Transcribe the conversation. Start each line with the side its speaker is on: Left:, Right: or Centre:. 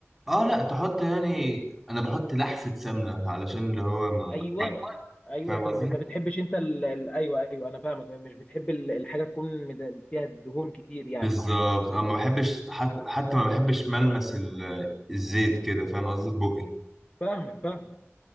Centre: اه لا تحط يعني انا بحط لحسه سمنه علشان اللي هو ما
Left: ايوه ايوه
Centre: فاهم
Left: انت
Centre: قصدي
Left: ب- ما بتحبش انت ال... ال- ايوه ايوه انا فاهمك مش بتحب ال- الحاجه تكون مد- فيها دهون كتير يعني
Centre: بالظبط أنا ما بحبش حت- حتى ما بحبش ملمس ال- الزيت كده فاهم قصدي في بقي
Left: فاهمك فاهمك